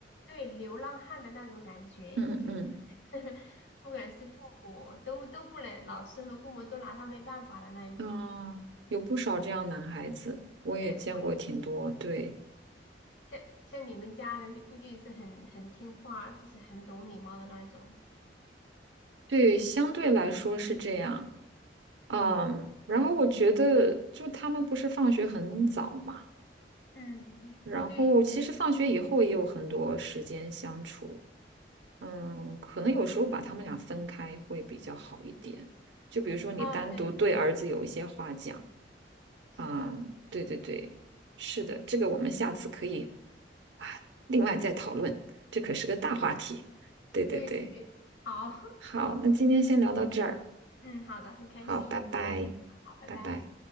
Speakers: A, on the left (about 85°); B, on the right (about 70°).
A: 对流浪汉的那种感觉，
B: 嗯嗯嗯。
A: 就是 <laughs> 不管是父母都都不能，老师和父母都拿他没办法的那一种。
B: 嗯，有不少这样男孩子，我也见过挺多。
A: 对，我
B: 对
A: 像像你们家的，估计是很很听话，就是很懂礼貌的那种。
B: 对，相对来说是这样。嗯，然后我觉得，就他们不是放学很早嘛，
A: 嗯，
B: 然后其实放学以后也有很多时间相处。
A: 对，
B: 嗯，可能有时候把他们俩分开会比较好一点。就比如说，你单独对儿子有一些话讲，
A: 啊，对，是的，
B: 啊，对对对，是的，这个我们下次可以啊，另外再讨论，这可是个大话题。对对对，
A: 对对对，好，
B: 好，那今天先聊到这儿，
A: <laughs> 嗯，好的，很开心，
B: 好，拜拜，
A: 嗯，好，拜拜。
B: 拜拜。